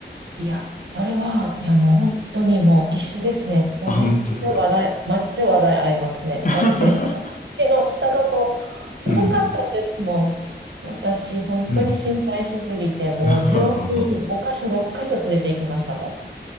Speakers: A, on the right (about 80°); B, on the left (about 45°).
A: いや、それは、いや、もう本当にもう一緒ですね。もうめっちゃ話題、
B: あ、本当ですか。
A: めっちゃ話題合いますね。
B: <laughs>
A: だって、<laughs> 私の下の子、すごかったですもん。
B: うん。
A: 私、本当に心配しすぎて、
B: うん。
A: もう病院5箇所、
B: <laughs>
A: 6箇所連れて行きましたも